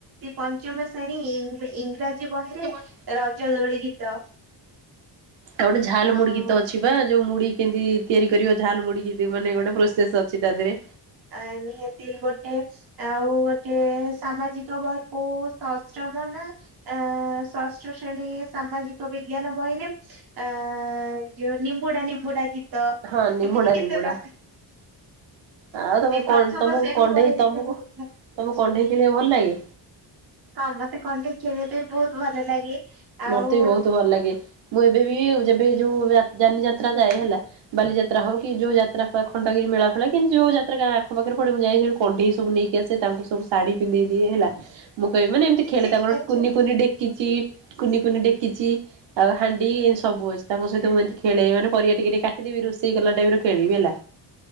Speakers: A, on the right (about 55°); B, on the right (about 80°).
A: ପଞ୍ଚମ ଶ୍ରେଣୀ ଇଂରାଜୀ ବହିରେ
B: ଆଉ
A: ରଜ ଦୋଳି ଗୀତ।
B: ଆଉ ଗୋେ ଝାଲ
A: ଆଉ
B: ମୁୁଡି ଗୀତ ଅଛି ବା ଯୋଉ ମୁଢଡି କେମିତି ତିଆରି କରିବ ଝାଲ ମୁଡି ମାନେ ଗୋଟେ ଶେଷ ଅଛି ତା ଦେହରେ।
A: ଆ ନିହାତି ଗୋଟେ। ଆଉ ଗୋଟେ ସାମାଜିକ କୋଉ ସଶ୍ରମ ନା ଆ ସଷ୍ଟ ଶ୍ରେଣୀ ସାମାଜିକ ବିଜ୍ଞାନ ବହିରେ ଆ ଯୋଉ ନିମ୍ବୁଡା ନିମ୍ବୁଡା ଗୀତ
B: ହଁ ନିମୋଡା
A: ଏମିତି କେତେ
B: ନିମୋଡା।
A: ର
B: ଆଉ ତମ
A: ପ୍ରଥମ
B: ତମକୁ
A: ଶ୍ରେଣୀ
B: କଣ୍ଢେଇ
A: ବହିରେ
B: ତମକୁ
A: ବି
B: ତମକୁ
A: ଅଛି।
B: କଣ୍ଢେଇ ଖେଳିବା ଭଲ ଲାଗେ।
A: ହଁ ମତେ କଣ୍ଢଇ ଖେଳିବା ପାଇଁ ବହୁତ ଭଲ ଲାଗେ। ଆଉ
B: ମତେ ବି ବହୁତ୍ ଭଲ ଲାଗେ ମୁଁ ଏବେ ବି ଯେବେ ଯୋଉ ଯାନି ଯାତ୍ରା ଯାଏ ହେଲା। ବାଲିଯାତ୍ରା ହଉ କି ଯୋଉ ଯାତ୍ରା ଖଣ୍ଡଗିରି ମେଳା ଫଳା କିନ୍ତ ଯୋଉ ଯାତ୍ରାଁ ଆଖ ପାଖ ପଡ ମୁଁ ଯାଇ ସେଠି କଣ୍ଢେଇ ସବୁ ନେଇକି ଟ ଆ ସେ ତାଙ୍କୁ ସବୁ ଶଢୀ ପିନ୍ଧେଇ ଦିଏ ହେଲା ମୁଁ କହିବି ମାନେ ଏମିତି
A: ବି
B: ଖେଳିଲ
A: ସେଇ
B: ତାଙ୍କର
A: କରେ
B: କୁନି କୁି ଡେକିଚି କୁନି କୁନି ଡେକିଛି। ଆଉ ହାଣ୍ ଏ ସବୁ ଅଛି ତାଙ୍କ ସହିତ ମୁଁ ଏମତି ଖେଳେଇି ମାନ ପରିବା ଟିକେ ଟିକୋଟିଦେବି ରୋଷେଇ କଲା ଟାଇପ୍ ର ଖେଳିବି ହେଲା।